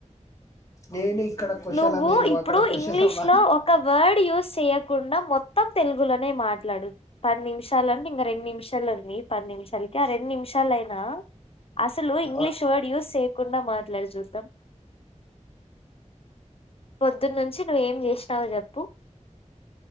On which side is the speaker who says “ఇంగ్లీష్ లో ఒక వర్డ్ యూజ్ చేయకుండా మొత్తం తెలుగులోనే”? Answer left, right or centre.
Left